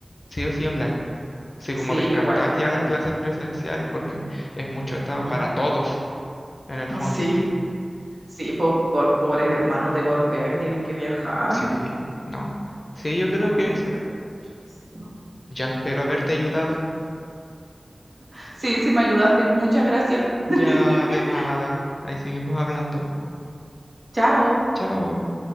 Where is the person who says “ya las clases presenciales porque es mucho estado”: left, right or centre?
Left